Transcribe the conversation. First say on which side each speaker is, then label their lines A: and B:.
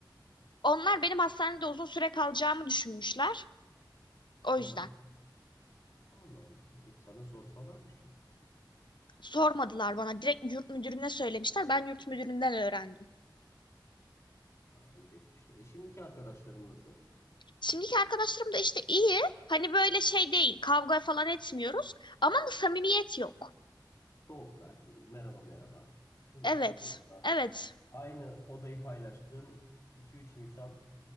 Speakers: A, on the left (about 75°); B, on the left (about 40°).
A: Onlar benim hastanede uzun süre kalacağımı düşünmüşler. O
B: Aha.
A: yüzden
B: Allah Allah. E sana sorsalarmış ya.
A: sormadılar bana. Direkt yurt müdürüne söylemişler. Ben yurt müdüründen öğrendim.
B: Aa, ayıp etmişler. E şimdiki arkadaşların nasıl?
A: Şimdiki arkadaşlarım da işte iyi. Hani böyle şey değil. Kavga falan etmiyoruz. Ama bu samimiyet yok.
B: Soğuklar. Merhaba merhaba. Değil
A: Evet.
B: mi? Sonuçta
A: Evet.
B: aynı odayı paylaştığın iki üç insan